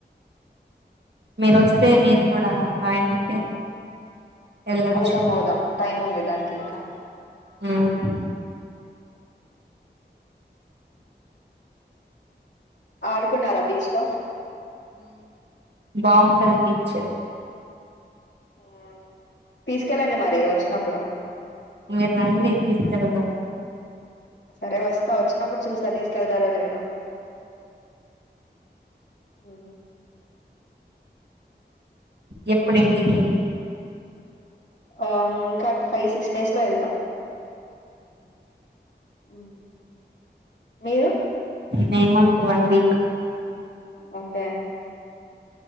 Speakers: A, on the right (about 70°); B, on the left (about 80°).
A: మీరు వస్తే మీరు కూడా జాయిన్ అయితే వెళ్ళొచ్చు
B: అవుదాం అవుదాం టైం ఉంది దానికి ఇంకా
A: ఉమ్
B: ఆడుకున్నారా బీచ్ లో
A: బావుంటది బీచ్
B: ఊ తీసుకెళ్లండి మరి వచ్చినప్పుడు
A: మీరు రండీ తీసుకెల్దం
B: సరే వస్తా వచ్చినప్పుడు చూస్తా తీసుకెళ్తారో లేదో ఊ
A: ఎప్పుడింటికీ
B: అవును కట్స్ ఫై సిక్స్ డేస్ లో ఎల్తా ఊ మీరు
A: మే మంత్ వన్ వీక్
B: ఒకే